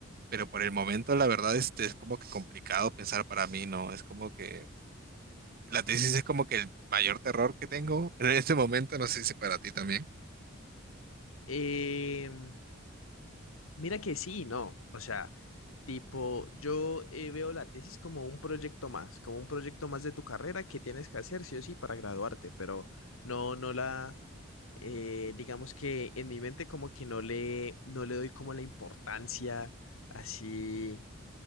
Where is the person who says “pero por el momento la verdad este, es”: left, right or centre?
Right